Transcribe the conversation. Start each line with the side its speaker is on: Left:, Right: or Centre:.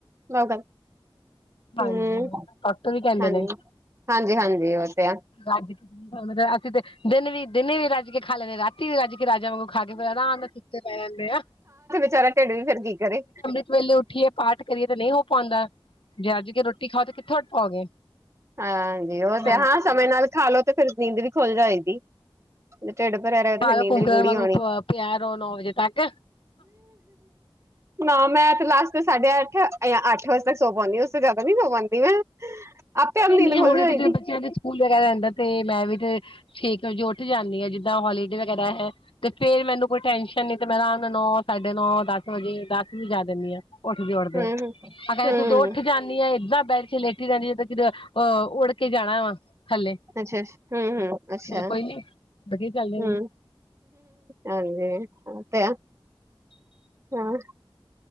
Right: ਨਾ ਗਲ
Left: ਹਾਂਜੀ
Right: ਹੂੰ
Left: ਡਾਕਟਰ ਵੀ ਕਹਿੰਦੇ
Right: ਹਾਂਜੀ-ਹਾਂਜੀ-ਹਾਂਜੀ
Left: ਨੇ
Right: ਓ ਤੇ ਐ।
Left: ਰੱਜ ਅਸੀਂ ਤੇ ਦਿਨ ਵੀ ਦਿਨੇ ਵੀ ਰਜ ਰੱਜ ਕੇ ਖਾ ਲੈਂਦੇ ਰਾਤੀ ਰਜ ਕੇ ਰਾਜਿਆਂ ਵਾਂਗ ਖਾ ਕੇ ਆਰਾਮ ਨਾਲ ਸੁੱਤੇ ਪਏ ਰੈਂਦੇ ਆਂ।
Right: ਚਾਰਾ ਢੇਡ ਵੀ ਫੇਰ ਕੀ ਕਰੇ
Left: ਸਵੇਲੇ ਉੱਠੀਏ ਪਾਠ ਕਰੀਏ ਤੇ ਨਹੀਂ ਹੋ ਪਾਂਦਾ ਜੇ ਅੱਜ ਕੇ ਰੋਟੀ ਖਾਓ ਤੇ ਕਿੱਥੋਂ ਉੱਠ ਪਾਓਗੇ
Right: ਹਾਂਜੀ ਓ ਤੇ
Left: ਹਾਂਜੀ
Right: ਹਾਂ ਸਮੇਂ ਨਾਲ ਖਾਾਲੋ ਤੇ ਫੇਰ ਨੀਂਦ ਵੀ ਖੁੱਲ ਜਾਏਗੀ। ਜੇ ਟੇਡ ਪਰੇਆ ਰੇਆ ਫਿਰ
Left: ਸਾਰਾ
Right: ਨੀਂਦ
Left: ਕੁਕਰ
Right: ਵੀ ਗੁੜੀ
Left: ਵਾਂਗੂ
Right: ਆਣੀ।
Left: ਪਿਆ ਰਹੋ ਨੌ ਵਜੇ ਤੱਕ
Right: ਨਾ ਮੈਂ ਤੇ ਲਾਸਟ ਸਾਢੇ ਅੱਠ ਯਾਂ ਅੱਠ ਵਜੇ ਤੱਕ ਸੌ ਪਾਦੀ ਉਸ ਤੋਂ ਜਾਦਾ ਨੀ ਸੌ ਪਾਂਦੀ ਮੈਂ। ਆਪੇ ਆਪ
Left: ਨਈ-ਨਈ
Right: ਨੀਂਦ ਖੁੱਲ
Left: ਹੁਣੇ
Right: ਜਾਏਗੀ
Left: ਤੇ ਜ ਬੱਚਿਆਂ ਦੇ ਸਕੂਲ ਵਗੈਰਾ ਹੁੰਦਾ ਤੇ ਮੈਂ ਵੀ ਤੇ ਛੇ ਕ ਵਜੇ ਉੱਠ ਜਾਂਣੀ ਆ ਜਿੱਦਾਂ ਹੋਲੀਡੇ ਵਗੈਰਾ ਹੈ੍। ਤੇ ਫੇਰ ਮੈਨੂੰ ਕੋਈ ਟੈਨਸ਼ਨ ਨੀ ਤੇ ਮੈਂ ਆਰਾਮ ਨਾਲ ਨੌ-ਸਾਡੇ ਨੌ-ਦਸ ਵਜੇ ਦਾਸ ਵੀ ਵਜਾ ਦਿੰਣੀ ਆ। ਉੱਠਦੇ-ਉਠਦੇ
Right: ਹੂੰ
Left: ਆਹ ਕਹਿੰਦੇ
Right: ਹੂੰ
Left: ਤੂੰ ਦੋ
Right: ਹੂੰ
Left: ਉੱਠ ਜਾਂਣੀ ਆ ਏਦਾਂ ਬੈੱਡ ਤੇ ਲੇਟੀ ਰੈਣੀ ਆ ਫ ਅਹ ਉੱੜ ਕੇ ਜਾਣਾ ਵਾ ਥੱਲੇ।
Right: ਅੱਛਾ। ਹੂੰ ਹੂੰ ਅੱਛਾ
Left: ਚਲੋ ਕੋਈ ਨੀ ਵਧੀਆ ਚੱਲ ਜਾਂਗੇ।
Right: ਹੂੰ ਹਾਂਜੀ ਓ ਤੇ ਆ ਹਾਂ